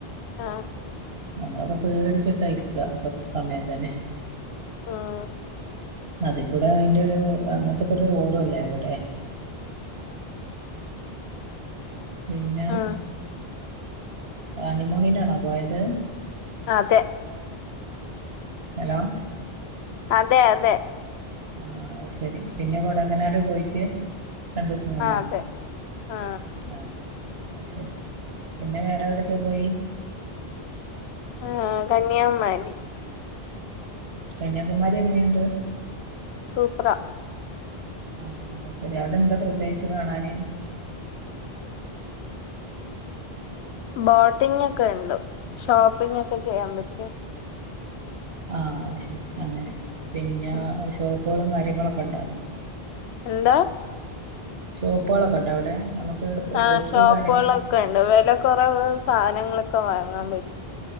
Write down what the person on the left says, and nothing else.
ആഹ്
ഉം
ഉം
അതെ
അതെ അതെ
ആ അതെ ആ
ആഹ് കന്യാകുമാരി
സൂപ്പറാ
ബോട്ടിംഗ് ഒക്കെ ഉണ്ട് ഷോപ്പിംഗ് ഒക്കെ ചെയ്യാൻ പറ്റും.
ഉം.
എന്താ.
ആ
<unintelligible> വില കുറവ് സാധനങ്ങളൊക്കെ വാങ്ങാൻ പ.